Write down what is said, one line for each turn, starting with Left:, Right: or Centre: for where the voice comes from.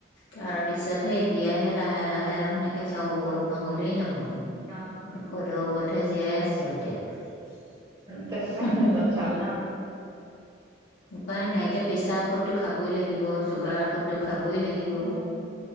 Left: তাৰ পিছতহে এতিয়াহে লাহে লাহে সুনকে চাওঁ ঔষধ নহ'লেই ন'
Right: নহয়
Left: ঔষদৰ ওপৰত হে জীয়াই আছে। সভাগে উম,
Right: তেনেকুৱাই হৈ গ'ল চব ন?
Left: উপায়
Right: তাকে
Left: নাই এতিয়া পেছা ঔধটো খাবই লাগে। থাকিব চুগাৰত খাবই লাগিব।
Right: উম